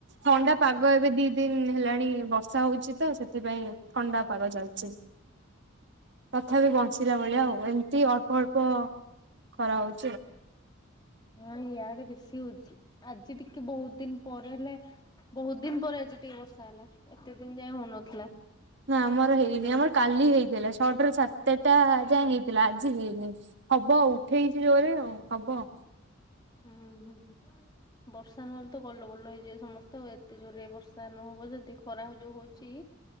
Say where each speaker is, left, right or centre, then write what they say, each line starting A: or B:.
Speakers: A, on the right; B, on the left.
A: ଥଣ୍ଡା ପାଗ ଏବେ ଦି ଦିନ ହେଲାଣି ବ ର୍ଷା ହଉଛି ତ ସେଥିପାଇଁ ଥଣ୍ଡା ପାଗ ଚାଲଛି। ତଥାପି ବଞ୍ଚିଲା ଭଳିଆ ଆଉ ଏମିତି ଅଳ୍ପ ଅଳ୍ପ ଖରା ହଉ
B: ହଁ ଇଆଡେ ବେଶୀ ହଉଛି, ଆଜି ଟିକେ ବହୁତ ଦିନ ପରେ ହେଲେ ବହୁତ ଦିନ ପରେ ଆଜି ଟିକେ ବର୍ଷା ହେଲା, ଏତେ ଦିନ ଯାଏ ହଉନଥିଲା।
A: ନା ଆମର ହେଇନି ଆମର କାଲି ହେଇଥିଲା, ଛଟାରୁ ସାତଟା ଯାଏ ହେଇଥିଲା ଆଜି ହେଇନି। ହବ ଉଠେଇଚି ଜୋରରେ ଆଉ ହବ।
B: ଉଁ, ହୁଁ ବର୍ଷ ର୍ଷା ନହେଲେ ତ କଲ ବଲ ହେଇଯିବ ସମସ୍ତ, ଏତେ ଜୋରରେ ବର୍ଷା ନହବ ଯଦି ଖରା ଯୋଉ ହଉଛି।